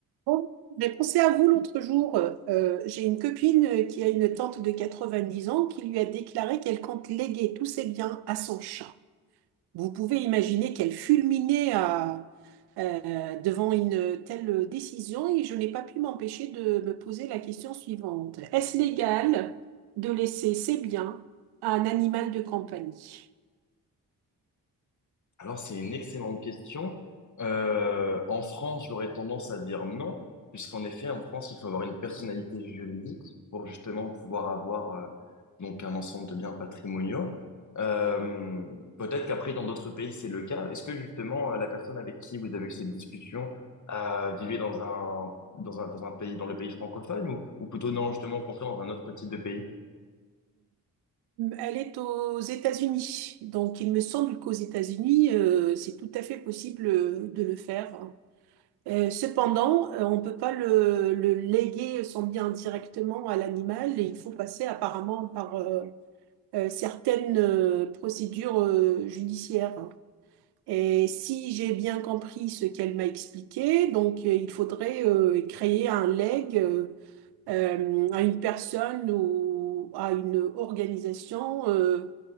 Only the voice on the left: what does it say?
Alors, c'est une excellente question. Euh, en France, j'aurais tendance à dire non, puisqu'en effet, en France, il faut avoir une personnalité juridique pour justement pouvoir avoir euh, donc un ensemble de biens patrimoniaux. Euh, peut-être qu'après, dans d'autres pays, c'est le cas. Est-ce que justement, euh, la personne avec qui vous avez eu cette discussion euh, vivait dans un, dans un, dans un pays, dans le pays francophone ou, ou plutôt non, justement, au contraire, dans un autre type de pays?